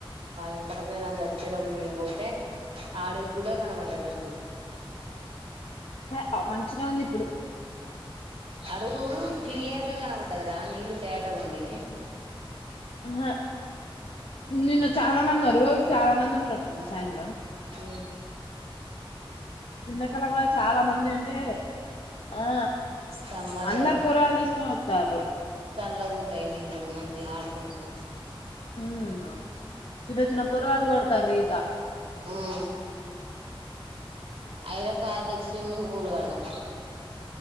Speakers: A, on the right; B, on the left.
A: ఎంకడ పోయిన చచ్చిపోయినప్పుడు మేము పోతే ఆడి కూడా కనపడ్డది అప్పుడు
B: హ మంచిగనే ఉంది ఇప్పుడు
A: అడుగు క్లియర్గా కనపడ్డదిరా నీళ్లు తేటగ ఉండి
B: ఆ నిన్న చాలా మంది ఉ రోజు చాలా మంది ఉంటరు వస్తును సాయంత్రం
A: ఊ
B: ఎండకాలం వల చాలా మంది అండి ఆ
A: సమ్మర్
B: అందరు
A: కదా
B: పూర వాతలు
A: చల్లగా ఉంటాయి నీళ్ళు మంచిగా ఆడుకుంటు
B: ఉహు చిన్న చిన్న పోరగాళ్ళు కొడతారు ఈత
A: ఉ ఐరాకాద్య స్విమ్మింగ్ పూల్ కడదాం